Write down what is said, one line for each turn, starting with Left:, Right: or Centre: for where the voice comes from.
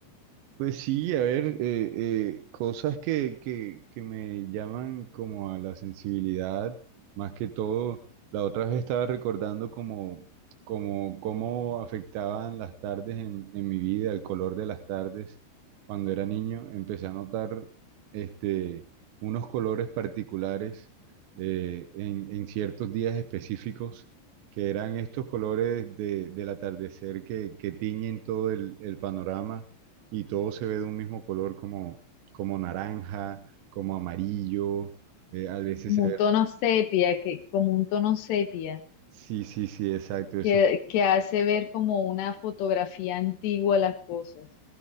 Right: Pues sí, a ver, eh, eh, cosas que, que, que me llaman como a la sensibilidad, más que todo, la otra vez estaba recordando como, como cómo afectaban las tardes en, en mi vida, el color de las tardes. Cuando era niño empecé a notar este, unos colores particulares eh, en, en ciertos días específicos, que eran estos colores de, del atardecer que, que tiñen todo el el panorama y todo se ve de un mismo color como, como naranja, como amarillo, eh, a veces
Left: como
Right: se ve...
Left: un tono
Right: ros-
Left: sepia, que, como un tono sepia,
Right: Sí, sí, sí, exacto. Esos
Left: que, que hace ver como una fotografía antigua las cosas.